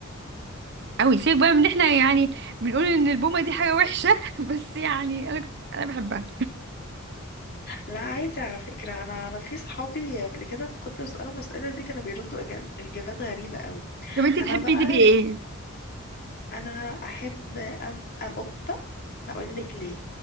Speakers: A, on the right (about 55°); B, on the left (about 50°).
A: قوي سيبك بقى من إن إحنا يعني بنقول إن البومة دي حاجة وحشة <laughs> بس يعني أنا كنت... أنا بحبها
B: لا، عايزة على فكرة أنا أنا في صحابي قبل كده لما كنت بسألهم المسألة دي كانوا بيردوا إجابات إجابات غريبة أوي
A: طب أنت تحبي
B: أنا بقى
A: تبقي إيه؟
B: أنا أحب أبقى قطة أقول لك ليه